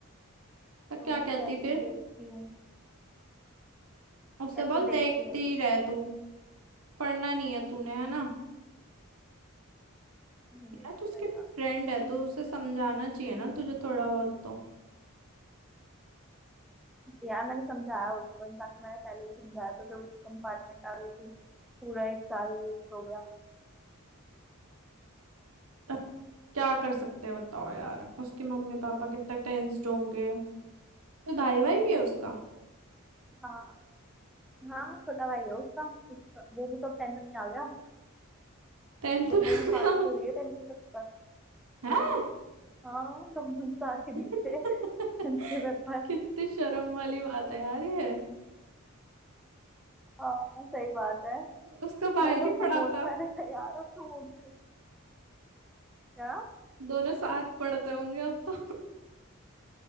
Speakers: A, on the right; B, in the centre.
A: तो
B: तो
A: क्या कहती
B: कहती
A: फिर
B: देखती हूँ
A: उससे
B: कहती
A: बोल
B: देखती
A: देखती
B: हूँ
A: ही रह तू पढ़ना नहीं है तूने है ना
B: हम्म,
A: यार तू उसके
B: सही बात
A: फ्रेंड है तो उसे समझाना चाहिए ना तुझे थोड़ा बहुत तो
B: है। यार मैंने समझाया उसको इनफैक्ट मैंने पहले भी समझाया तो जब उसकी कंपार्टमेंट आ गई थी पूरा एक साल वेस्ट हो गया
A: अब क्या कर सकते हैं बताओ यार उसके मम्मी पापा कितने टेंस्ड होंगे तो भाई भाई भी है उसका
B: हाँ हाँ छोटा भाई है उसका उसका वो भी तो टेंथ में ही आ गया
A: टेंथ
B: दोनों
A: में
B: ने साथ ही तो दिए टेंथ के पेपर
A: है
B: हाँ दोनों ने साथ ही
A: <laughs>
B: दिए थे टेंथ के पेपर
A: कितनी शर्म वाली बात है यार ये
B: हाँ सही बात है
A: उसका भाई
B: मैंने
A: नहीं
B: उसे
A: पढ़ाता
B: बोला मैंने कहा यार अब तो वो भी क्या
A: दोनों साथ पढ़ते होंगे अब तो